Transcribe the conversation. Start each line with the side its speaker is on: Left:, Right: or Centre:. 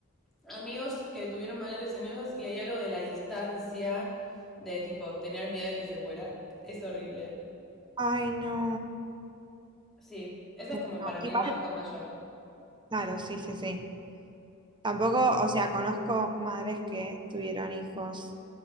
Centre: Amigos que tuvieron madres añosas y hay algo de la distancia, de tipo tener miedo de que se muera. Es horrible.
Right: Ay, no.
Centre: Sí, ese
Right: Ay,
Centre: es como
Right: no.
Centre: para mí
Right: Igual,
Centre: el bajón mayor.
Right: claro, sí, sí, sí. Tampoco, o sea, conozco madres que tuvieron hijos